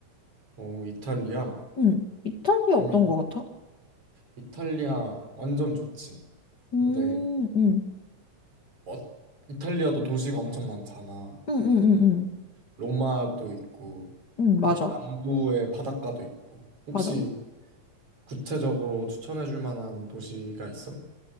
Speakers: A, on the right; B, on the left.
A: 오, 이탈리아?
B: 음, 이탈리아
A: 그럼
B: 어떤
A: 이,
B: 것 같아?
A: 이탈리아 완전 좋지.
B: 음,
A: 근데
B: 음,
A: 어, 이탈리아도 도시가 엄청 많잖아.
B: 음, 음, 음,
A: 로마도 있고,
B: 음, 음, 맞아,
A: 막 남부의 바닷가도 있고. 혹시
B: 맞아.
A: 구체적으로 추천해 줄 만한 도시가 있어?